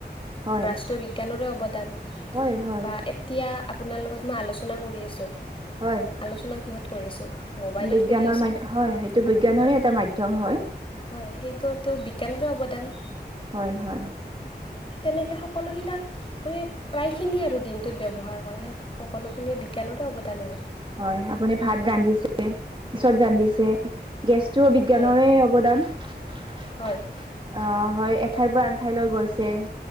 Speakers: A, on the right; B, on the left.
A: হয়।
B: ব্ৰাছটো বিজ্ঞানৰে অৱদান
A: হয়, হয়।
B: বা এতিয়া আপোনাৰ লগত মই আলোচনা কৰি আছোঁ।
A: হয়
B: আলোচনা কিহত কৰি আছোঁ মোবাইলত
A: বিজ্ঞানৰ
B: কৰি আছোঁ
A: মাধ হয় সেইটো বিজ্ঞানৰে
B: হয়
A: এটা মাধ্যয়ম হয়।
B: হয় সেইটোতো বিজ্ঞানৰে অৱদান।
A: হয় হয়।
B: তেনেকৈ সকলোবিলাক আমি প্ৰায়খিনিয়ে আৰু দিনটোত ব্যৱহাৰ কৰা সেই সকলোখিনিয়ে। কেনতে অৱদান হয়।
A: হয় আপুনি ভাত গান্ধিছে পচত গান্ধিছে। গেছটো বিজ্ঞানৰে
B: হয়
A: অৱদান অ
B: হয়
A: হয়। আঠাইৰ পৰা আনঠাইলৈ গৈছে